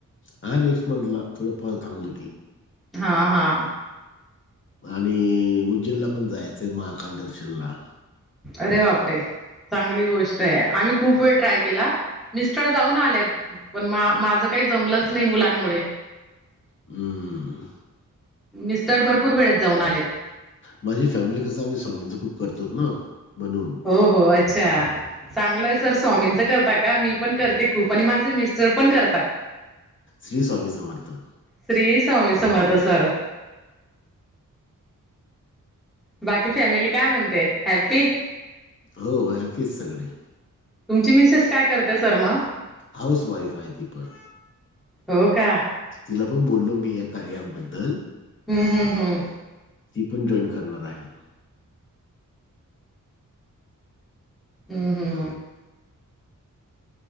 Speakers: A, on the left; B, in the centre.
A: हा नेक्स्ट मंथला थोडं पाऊस थांबला की.
B: हा हा.
A: आणि उज्जैनला पण जायचंय महाकाल दर्शनला.
B: अरे बापरे. चांगली गोष्ट आहे. आम्ही खूप वेळ ट्राय केला मिस्टर जाऊन आलेत. पण मा-माझं काही जमलंच नाही मुलांमुळे.
A: हम्म.
B: मिस्टर भरपूर वेळेत जाऊन आलेत.
A: माझी फॅमिली कसं आहे. आम्ही स्वामींच खूप करतोत ना म्हणून.
B: हो हो अच्छा. चांगलंय सर स्वामींचं करता का मी पण करते खूप आणि माझे मिस्टर पण करतात.
A: श्री स्वामी समर्थ.
B: श्री स्वामी समर्थ सर. बाकी फॅमिली काय म्हणते हॅप्पी?
A: हो <unintelligible> सगळे.
B: तुमची मिसेस काय करते सर मग?
A: हाऊस वाईफ आहे ती पण.
B: हो का?
A: तिला पण बोललो मी या कार्याबद्दल.
B: हं, हं, हं,
A: मी पण जॉईन करणार आहे.
B: हम्म हम्म.